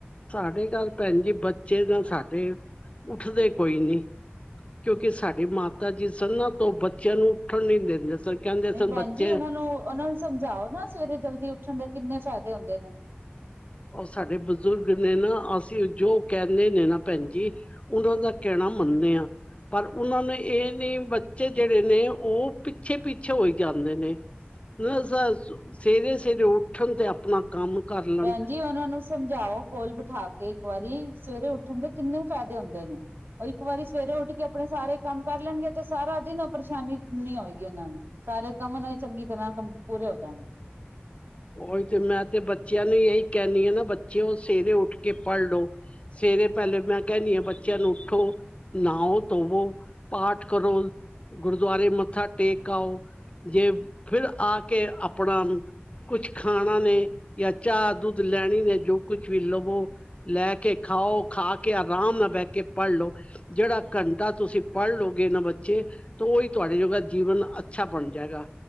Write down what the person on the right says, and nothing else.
ਨਹੀਂ
ਭੈਣ
ਜੀ ਉਹਨਾਂ ਨੂੰ ਉਹਨਾਂ ਨੂੰ ਸਮਝਾਓ ਨਾ ਸਵੇਰੇ ਜਲਦੀ ਉੱਠਣ ਦੇ ਕਿੰਨੇ ਫ਼ਾਇਦੇ ਹੁੰਦੇ ਨੇ।
ਭੈਣ ਜੀ ਉਹਨਾਂ ਨੂੰ ਸਮਝਾਓ ਕੋਲ ਬਿਠਾ ਕੇ ਇੱਕ ਵਾਰੀ ਸਵੇਰੇ ਉੱਠਣ ਦੇ ਕਿੰਨੇ ਫਾਇਦੇ ਹੁੰਦੇ ਨੇ ਉਹ ਇੱਕ ਵਾਰੀ ਸਵੇਰੇ ਉੱਠ ਕੇ ਆਪਣੇ ਸਾਰੇ ਕੰਮ ਕਰ ਲੈਣਗੇ ਤੇ ਸਾਰਾ ਦਿਨ ਉਹ ਪਰੇਸ਼ਾਨੀ ਨ ਹੋਏਗੀ ਉਹਨਾਂ ਨੂੰ ਸਾਰੇ ਕੰਮ ਉਹਨਾਂ ਦੇ ਚੰਗੀ ਤਰ੍ਹਾਂ ਕੰਮ ਪੂਰੇ ਹੋ ਜਾਣਗੇ